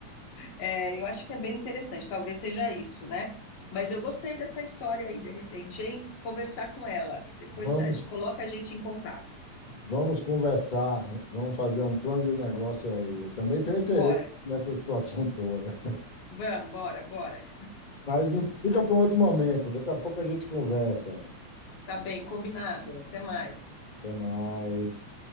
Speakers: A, on the left; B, on the left.
A: É, eu acho que é bem interessante, talvez seja isso, né? Mas eu gostei dessa história aí, de repente, hein? Conversar com ela. Depois
B: vamos,
A: a gente coloca a gente em contato.
B: vamos conversar, vamos fazer um plano de negócio aí. Eu também tenho interesse
A: Bora.
B: nessa situação toda.
A: Vamos, bora, bora.
B: Mas não fica para um outro momento, daqui a pouco a gente conversa.
A: Tá bem, combinado. Até mais.
B: Até mais.